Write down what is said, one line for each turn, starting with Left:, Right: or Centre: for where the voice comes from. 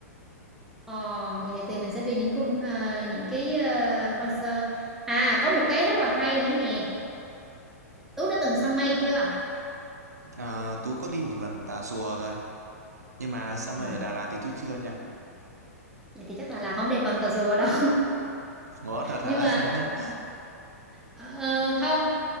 Centre: ờ vậy thì mình sẽ đi những khung à, những cái uh, hoang sơ à có một cái rất là hay nữa nè Tú đã từng săn mây chưa
Right: À, Tú có đi một lần Tà Xùa rồi. Nhưng mà săn
Centre: à
Right: mây ở Đà Lạt thì Tú chưa nha.
Centre: vậy thì chắc Đà Lạt không đẹp bằng Tà Rùa đâu
Right: Ngó thật hả?
Centre: <laughs> nhưng mà
Right: <laughs>
Centre: Ờ, không